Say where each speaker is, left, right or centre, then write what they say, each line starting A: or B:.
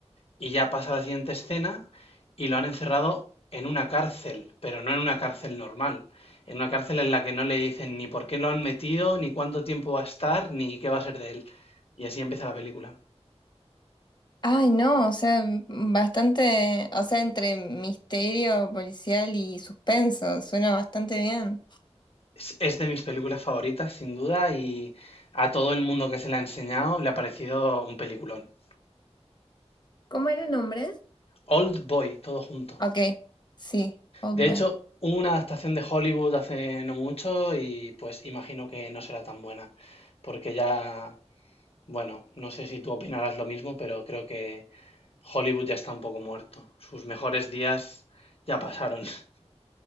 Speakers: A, on the left; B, on the left.
A: Y ya pasa la siguiente escena y lo han encerrado en una cárcel, pero no en una cárcel normal, en una cárcel en la que no le dicen ni por qué lo han metido, ni cuánto tiempo va a estar, ni qué va a ser de él. Y así empieza la película.
B: Ay, no, o sea, bastante, o sea, entre misterio policial y suspenso. Suena bastante bien.
A: Es es de mis películas favoritas, sin duda, y a todo el mundo que se la ha enseñado le ha parecido un peliculón.
B: ¿Cómo era el nombre?
A: Old Boy, todo junto.
B: Ok, sí, Old
A: De hecho,
B: Boy.
A: hubo una adaptación de Hollywood hace no mucho y pues imagino que no será tan buena, porque ya, bueno, no sé si tú opinarás lo mismo, pero creo que Hollywood ya está un poco muerto. Sus mejores días ya pasaron. <laughs>